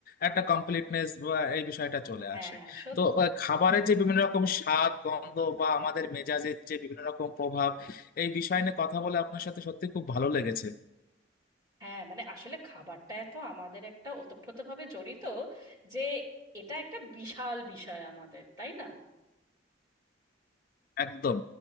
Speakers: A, on the left; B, on the right.
A: একটা কমপ্লিটনেস বা এই বিষয়টা চলে
B: হ্যাঁ
A: আসে
B: সত্যি
A: তো আহ, খাবারের যে বিভিন্ন রকম স্বাদ গন্ধ বা আমাদের মেজাজের যে বিভিন্ন রকম প্রভাব এই বিষয় নিয়ে কথা বলে আপনার সাথে সত্যি খুব ভালো লেগেছে
B: হ্যাঁ মানে আসলে খাবারটা এত আমাদের একটা ওতপ্রোতভাবে জড়িত যে এটা একটা বিশাল বিষয় আমাদের তাই না
A: একদম